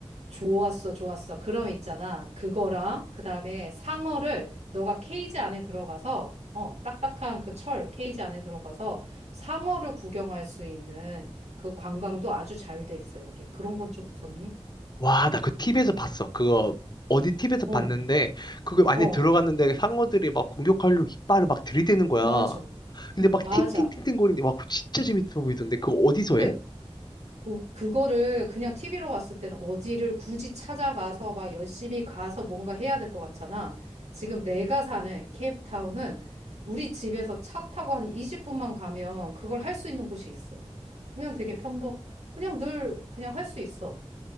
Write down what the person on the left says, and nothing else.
와, 나 그 TV에서 봤어. 그거, 어디 TV에서
봤는데, 그거 많이
들어갔는데 상어들이 막 공격하려고 이빨을 막 들이대는 거야.
근데 막
팅팅팅팅 거리는데, 와, 그거 진짜 재밌어 보이던데? 그거 어디서
해?